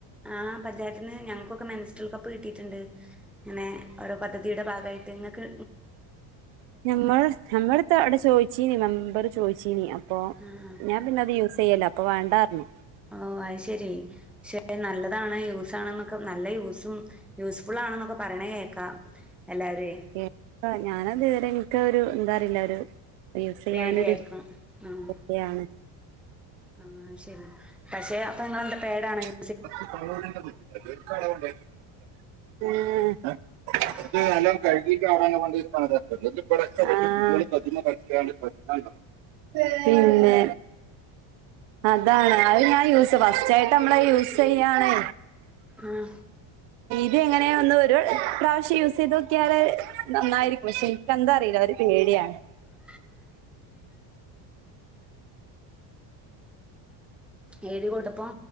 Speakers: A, in the centre; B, on the right.
A: ആഹ് പഞ്ചായത്തിൽ നിന്ന് ഞങ്ങക്കൊക്കെ മെൻസ്ട്രുൽ കപ്പ് കിട്ടിയിട്ടുണ്ട് ഇങ്ങനെ ഓരോ പദ്ധ തിടെ ഭാഗായിട്ട് നിങ്ങക്ക്
B: ഞമ്മള് ഞമ്മടത്തെ അവിടെ ചോദിച്ചീനീ മെമ്പറ് ചോദിച്ചീനി അപ്പോ
A: ആഹ്
B: ഞാൻ പിന്നെ അത് യൂസ് ചെയ്യല്ല അപ്പോ വണ്ടാർന്ന് പറഞ്ഞു
A: ഓ അത് ശരി. ഷെ നല്ലതാണ് യൂസ ആണ്ന്നൊക്കെ നല്ല യൂസും യൂസ്ഫുൾ ആണ്ന്നൊക്കെ പറെണെ കേക്കാ. എല്ലാരെ
B: <unintelligible> ഞാനത് വെരെ ഇൻക്ക് ആഹ് ഒരു എന്താറിയില്ല ഒരു യൂസ് ചെയ്യാനോരു
A: പേടിയായിരിക്കും ആഹ്
B: പേടിയാണ്
A: ആഹ് ശെരി പഷെ അപ്പൊ നിങ്ങെളെന്താ പേടാണോ യു
B: <inaudible>
A: <inaudible>
B: <unintelligible> പിന്നെ അതാണ് അത് ഞാൻ യൂസ് ഫസ്റ്റ് ആയിട്ട് നമ്മള് യൂസ് ചെയ്യാണ്.
A: ആഹ്.
B: ത് എങ്ങനെയ ഒന്ന് ഒരു പ്രാവശ്യം യൂസ് ചെയ്ത് നോക്കിയാൽ നന്നായിരിക്കും പക്ഷ ഇനിക്ക് എന്താ അറില്ല ഒര് പേടിയാണ്
A: <unintelligible> എഴുതി കൊട്തപ്പോ